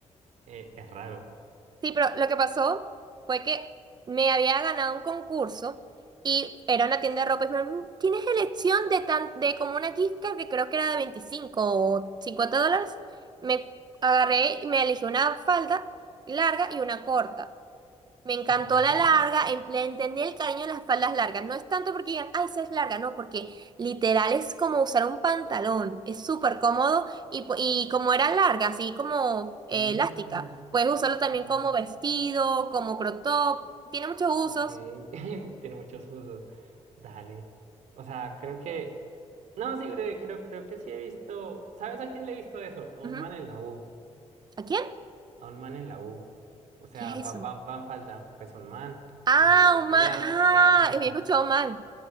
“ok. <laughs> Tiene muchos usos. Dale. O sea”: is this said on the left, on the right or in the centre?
Right